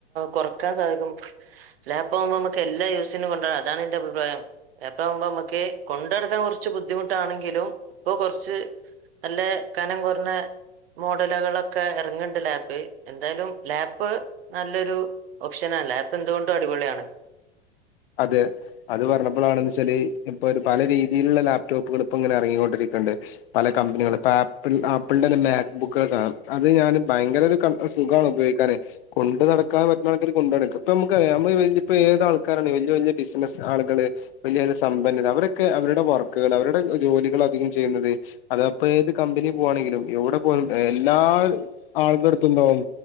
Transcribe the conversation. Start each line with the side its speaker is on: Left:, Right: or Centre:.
Right: കൊറക്കാൻ സാധിക്കും ലാപ്പ് ആവുമ്പോൾ നമുക്ക് എല്ലാ യൂസിനും കൊണ്ടാം അതാണ് എന്റെ അഭിപ്രായം ലാപ്പ് ആവുമ്പോൾ നമുക്ക് കൊണ്ട്നടക്കാൻ കുറച്ച് ബുദ്ധിമുട്ടാണെങ്കിലും ഇപ്പൊ കുറച്ച് നല്ല കനം കുറഞ്ഞ മോഡലുകളൊക്കെ ഇറങ്ങുന്നുണ്ട് ലാപ്പ് എന്തായാലും ലാപ്പ് നല്ലൊരു ഓപ്ഷനാ ലാപ്പ് എന്തുകൊണ്ടും അടിപൊളിയാണ്
Left: അതെ അത് പറഞ്ഞപ്പോഴാണ് എന്ന് വെച്ചാല് ഇപ്പൊ ഒരു പല രീതിയിലുള്ള ലാപ്ടോപ്പുകൾ ഇപ്പോ ഇങ്ങനെ ഇറങ്ങിക്കൊണ്ടിരിക്കുന്നുണ്ട് പല കമ്പനികൾ ഇപ്പ ആപ്പിൾ ആപ്പിളിന്റെ മാ ബുക്കുകൾ അത് ഞാൻ ഭയങ്കര <unintelligible> സുഖമാണ് ഉപയോഗിക്കാന് കൊണ്ട് നടക്കാൻ പറ്റുന്ന ആൾക്കാര് കൊണ്ട് നടക്കും ഇപ്പം നമുക്ക് അറിയാവുന്ന ഏത് ആൾക്ക് ക്കാരുണ്ട് വലിയ വലിയ ബിസിനസ് ആളുകള് വലിയ സമ്പന്നർ അവരൊക്കെ അവരുടെ വർക്കുകൾ അവരുടെ ജോലികൾ അധികം ചെയ്യുന്നത് അതപ്പോ ഏത് കമ്പനി പോുകവാണെങ്കിലും എവിടെ പോകുവാണെങ്കിലും എല്ലാ ആൾക്കടുത്തും ഉണ്ടാവും